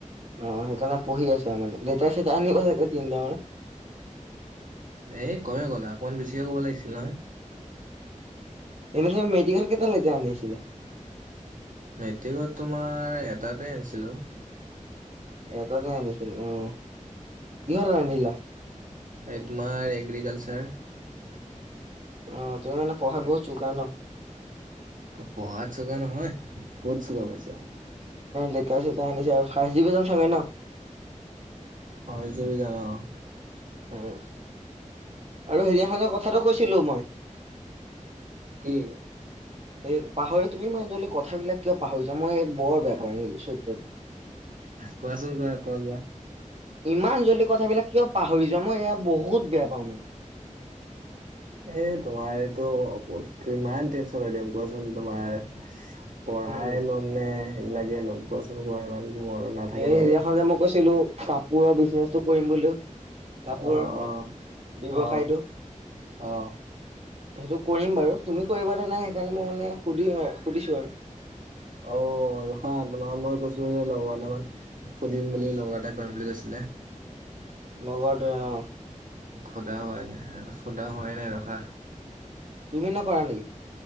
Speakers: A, on the right; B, on the right.
A: অঁ, সেইকাৰণে পঢ়ি আছা মানে, দেউতাচ আনিব চাগৈ তিনিটা মানে
B: এ কয়ে গ'ল, অকমান বেছিকে ক'ব লাগিছিল নহয়।
A: এনে চে মেডিকেল কেইটা লৈকে আনিছিলে।
B: মেট্ৰিকত তোমাৰ এটাতে আনিছিলো।
A: এটাতে আনিছিল উম, কিহত ৰান্ধিলা?
B: এই তোমাৰ এগ্ৰিকালচাৰ
A: অঁ, তুমি মানে পঢ়াত বহুত চোকা ন।
B: পঢ়াত চোকা নহয়, ক'ত চোকা পাইছা।
A: লেটাৰ চেতাৰ আনিছে আৰু ফাৰ্ষ্ট ডিভিজন চাগে ন।
B: ফাৰ্ষ্ট ডিভিজন অঁ
A: উম আৰু সেইদিনাখন কথাটো কৈছিলো মই।
B: কি?
A: এই পাহৰি তুমি ইমান জল্দি কথাবিলাক কিয় পাহৰিছা, মই বৰ বেয়া পাওঁ এই চৰিত্ৰত
B: কোৱাচোন কোৱা কোৱা কোৱা
A: ইমান জল্দি কথাবিলাক কিয়? পাহৰি যাওঁ, মই এয়া বহুত বেয়া পাওঁ মানে।
B: এ তোমাৰ এইটো কিমান টেনচন লৈ থাকিম কোৱাচোন তোমাৰ। পঢ়াই
A: উম
B: ল'ম নে এইবিলাকে ল'ম কোৱাচোন কোৱা ইমান। মনত নাথাকে
A: এই
B: বাৰু।
A: সেইদিনাখন যে মই কৈছিলো কাপোৰৰ বিজনেচটো কৰিম বুলি। কাপোৰৰ
B: অ অ
A: ব্যৱসায়টো।
B: অ অ
A: সেইটো কৰিম বাৰু তুমি কৰিব নে নাই সেইকাৰণে মই মানে সুধিম সুধিছো আৰু
B: অঁ, ৰখা তোমাৰ মই কৈছিলো যে লগৰ এটামান সুধিম বুলি লগৰ এটাই কৰিম বুলি কৈছিলে
A: লগৰটোৱে অঁ।
B: সোধা হয় নাই সোধা হোৱাই নাই ৰখা।
A: তুমি নকৰা নেকি?